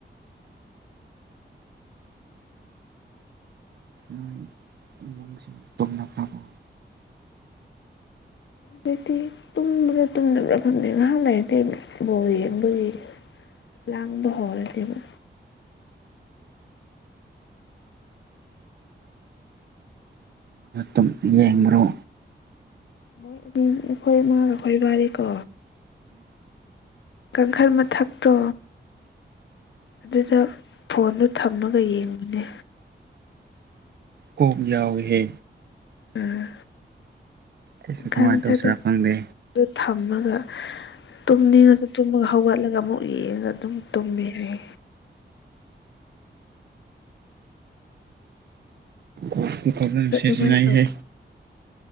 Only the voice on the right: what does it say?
ꯅꯣꯏ ꯏꯃꯨꯡꯁꯤꯡ ꯇꯣꯃꯅꯥꯈꯔꯥꯕꯨ
ꯑꯗꯨꯨꯝ ꯌꯦꯡꯉ꯭ꯔꯣ
ꯀꯑꯣꯛ ꯌꯥꯎꯍꯦ
ꯑꯩꯁꯨ ꯑꯗꯨꯃꯥꯏꯅ
ꯇꯧꯁꯤꯔꯥ ꯈꯪꯗꯦ
ꯀꯣꯛꯇꯤ ꯄꯖꯅꯥ
ꯁꯤꯖꯤꯟꯅ
ꯍꯦ